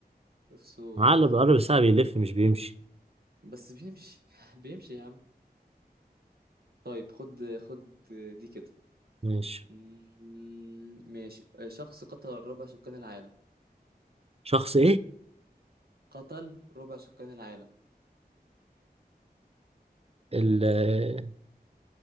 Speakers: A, on the right (about 70°); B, on the right (about 35°).
A: الصوت
B: عقل بقرب الساعة بيلف مش بيمشي
A: بس بيمشي <laughs> بيمشي يا عم طيب خد خد دي كده
B: ماشي
A: مم، ماشي شخص قتل ربع سكان العالم
B: شخص
A: قتل ربع سكان العالم
B: ايه